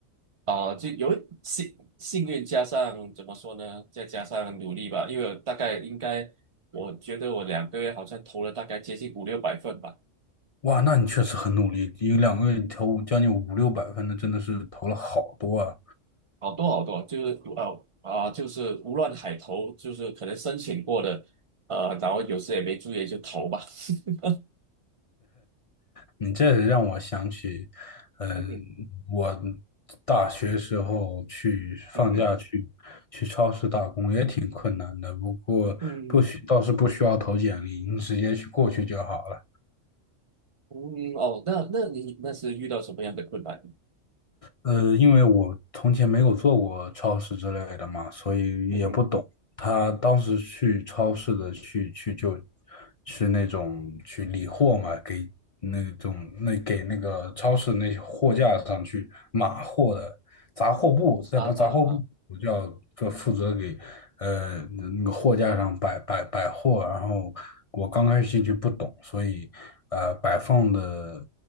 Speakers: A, on the right; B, on the left.
A: 啊，就有幸幸运加上怎么说呢，再加上努力吧，因为我大概应该，我觉得我两个月好像投了大概接近五六百份吧。
B: 哇，那你确实很努力，一个两个月你投五将近五六百分的，真的是投了好多啊！
A: 好多好多，就是呃啊、就是无论海投，就是可能申请过的，呃，然后有时也没注意就投吧。<laughs>
B: 你这让我想起，嗯，
A: 嗯哼
B: 我大学时候去放假去
A: 嗯哼
B: 打工也挺困难的，不过不需倒是不需要投简历，
A: 嗯
B: 你直接去过去就好了。
A: 嗯哦，那那你那是遇到什么样的困难？
B: 呃，因为我从前没有做过超市之类的嘛，所以也不懂。
A: 嗯哼
B: 他当时去超市的去去就是那种去理货嘛，给那种那给那个超市那些货架上去码货的杂货部，再把杂货部我就要就负责给呃那个货架上摆摆摆货，
A: 啊哈哈，
B: 然后我刚开始进去不懂，所以呃摆放的